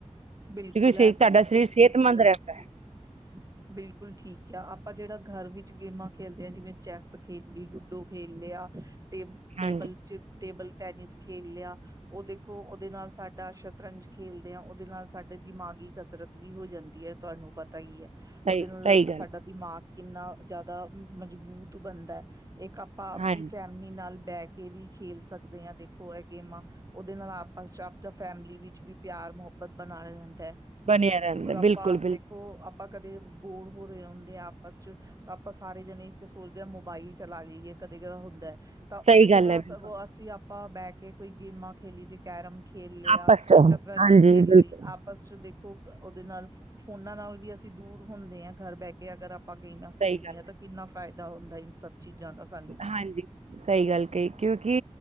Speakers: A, on the right; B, on the right.
A: ਬਿਲਕੁਲ
B: ਕਿਉਂਕਿ ਸੇ
A: ਏ
B: ਤੁਹਾਡਾ
A: ਤਾਂ ਬਿਲਕੁਲ
B: ਸਰੀਰ ਸਿਹਤਮੰਦ
A: ਠੀਕ ਕਿਆ ਤੁਸੀਂ,
B: ਰਹਿੰਦਾ ਹੈ
A: ਬਿਲਕੁਲ ਠੀਕ ਕਿਆ ਆਪ ਆਪਾਂ ਜਿਹੜਾ ਘਰ ਵਿੱਚ ਗੇਮਾਂ ਖੇਲਦੇ ਆ, ਜਿਵੇਂ ਚੈਸ ਖੇਲ ਲਈ, ਲੂਡੋ ਖੇਲ ਲਿਆ। ਟੇਬ ਟੇਬਲ
B: ਹਾਂਜੀ
A: ਚ ਟੇਬਲ ਟੈਨਿਸ ਖੇਲ ਲਿਆ ਉਹ ਦੇਖੋ ਉਹਦੇ ਨਾਲ ਸਾਡਾ ਸ਼ਤਰੰਜ ਖੇਲਦੇ ਆ ਉਹਦੇ ਨਾਲ ਸਾਡੇ ਦਿਮਾਗੀ ਕਸਰਤ ਵੀ ਹੋ ਜਾਂਦੀ ਐ ਤੁਹਾਨੂੰ ਪਤਾ ਈ ਐ,
B: ਸਹੀ
A: ਉਹਦੇ ਨਾਲ
B: ਸਹੀ ਗੱਲ
A: ਸਾਡਾ ਦਿਮਾਗ ਕਿੰਨਾ ਜਿਆਦਾ ਮਜ਼ਬੂਤ ਬਣਦਾ ਇੱਕ ਆਪਾਂ ਆਪਦੀ
B: ਹਾਂਜੀ
A: ਫੈਮਿਲੀ ਨਾਲ ਬੈਕ ਕੇ ਵੀ ਖੇਲ ਸਕਦੇ ਹਾਂ ਦੇਖੋ ਇਹ ਗੇਮਾਂ ਉਹਦੇ ਨਾਲ ਆਪਸ ਚ ਆਪਦਾ ਫੈਮਿਲੀ ਵਿੱਚ ਵੀ ਪਿਆਰ ਮੁਹੱਬਤ ਬਣਾ ਲ ਲੈਂਦਾ ਹੈ
B: ਬਣਿਆ ਰਹਿੰਦਾ
A: ਔਰ ਆਪਾਂ
B: ਬਿਲਕੁਲ ਬਿਲਕੁਲ
A: ਦੇਖੋ ਆਪਾਂ ਕਦੇ ਬੋਰ ਹੋ ਰਹੇ ਹੁੰਦੇ ਆ ਆਪਸ ਚ ਤਾਂ ਆਪਾਂ ਸਾਰੇ ਜਣੇ ਸੋਚਦੇ ਹਾਂ ਮੋਬਾਇਲ ਚਲਾ ਲਈਏ। ਕਦੇ ਕ ਹੁੰਦਾ ਐ, ਤਾਂ ਉਹਦੇ
B: ਸਹੀ
A: ਜਗ੍ਹਾ
B: ਗੱਲ ਹੈ ਬਿਲਕੁਲ
A: ਸਗੋਂ ਅਸੀਂ ਆਪਾਂ ਬਹਿ ਕੇ ਕੋਈ ਗੇਮਾਂ ਖੇਲੀ ਜੇ ਕੈਰਮ ਖੇਲ ਲਿਆ
B: ਆਪਸ ਚ
A: ਸ਼ਤਰੰਜ
B: ਹਾਂਜੀ
A: ਖੇਲ
B: ਬਿਲਕੁਲ
A: ਲਈ ਆਪਸ ਚ ਦੇਖੋ ਉਹਦੇ ਨਾਲ ਫੋਨਾ ਨਾਲ ਵੀ ਅਸੀਂ ਦੂਰ ਹੁੰਦੇ ਆ ਘਰ ਬਹਿ ਕੇ ਅਗਰ ਆਪਾਂ ਗੇਮਾਂ
B: ਸਹੀ
A: ਖੇਲਦੇ
B: ਗੱਲ
A: ਹਾਂ ਤਾਂ ਕਿੰਨਾ ਫਾਇਦਾ ਹੁੰਦਾ ਇਨ ਸਭ। ਚੀਜ਼ਾਂ ਦਾ ਸਾਨੂੰ
B: ਹਾਂਜੀ। ਸਹੀ ਗੱਲ ਕਹੀ ਕਿਉਂਕਿ,